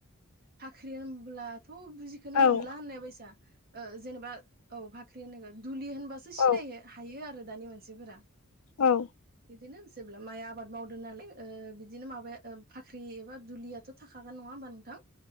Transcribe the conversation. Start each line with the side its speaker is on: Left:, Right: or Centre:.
Right: फाख्रि होनब्ला थ बुजिखोनो मोनला
Left: औ
Right: होननाय बायसा ओ जेनेबा औ फाख्रि होननायखो दुलि होन सो सिनायनो
Left: औ
Right: हायो आरो दानि मानसिफोरा
Left: औ
Right: बिदिनो जेब्ला माइआ आबाद मावदों नालाय ओ बिदिनो माबाया ओ फाख्रि एबा दुलियाथ थाखागोन नङा होमबा नोंथां